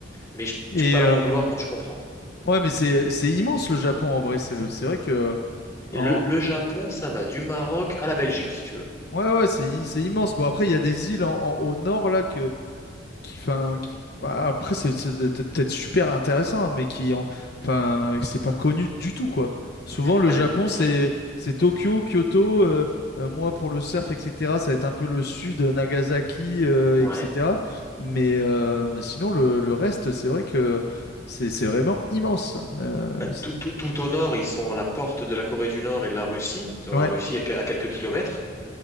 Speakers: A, on the left; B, on the left.
A: Mais je- tu
B: Et
A: peux pas leur
B: euh,
A: en vouloir quand tu comprends.
B: ouais, mais c'est c'est immense le Japon en vrai. C'est c'est vrai que en
A: Le, le Japon, ça va du Maroc à la Belgique, si tu veux.
B: ouais, ouais, c'est i- c'est immense. Bon après, il y a des îles en- en- au nord là que qui, enfin, qui- bah, après c'est c'est peut- peut-être super intéressant, hein, mais qui en, enfin, c'est pas connu du tout quoi. Souvent le
A: Bah,
B: Japon
A: le-
B: c'est
A: non.
B: c'est Tokyo, Kyoto, euh, euh, moi pour le surf etc. Ça va être un peu le sud, euh, Nagasaki euh,
A: Ouais.
B: etc. Mais euh, mais sinon le, le reste c'est vrai que c'est c'est vraiment immense. Euh,
A: Bah,
B: c'est-
A: tout, tout, tout au nord, ils sont à la porte de la Corée du Nord et de la Russie. Ils ont
B: ouais,
A: la Russie à, que- à quelques kilomètres.